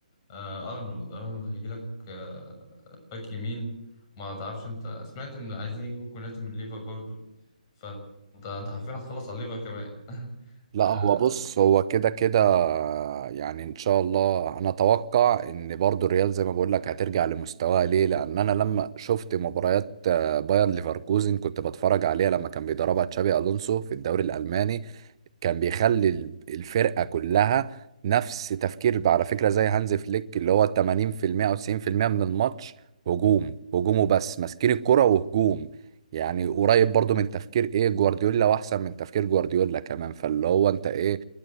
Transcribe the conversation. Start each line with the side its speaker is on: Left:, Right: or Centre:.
Left: آه أرنولد أرنولد هيجيلك آه باك يمين ما تعرفش أنت سمعت إن عايزين يجيبوا كوناتي من ليفر برضو فأنت أنت حرفيا هتخلص على الليفر كمان
Right: لا
Left: <laughs>
Right: هو بص هو كده كده يعني ان شاء الله انا اتوقع ان برضو الريال زي ما بقول لك هترجع لمستواها ليه لان انا لما شفت مباريات آه، باير ليفركوزن كنت بتفرج عليها لما كان بيدربها تشابي الونسو في الدوري الالماني كان بيخلي ال- الفرقه كلها نفس تفكير بقى، على فكره زي هانز فليك اللي هو 80% او 90% من الماتش هجوم هجوم وبس ماسكين الكرة وهجوم يعني قريب برضو من تفكير ايه جوارديولا واحسن من تفكير جوارديولا كمان فاللي هو انت ايه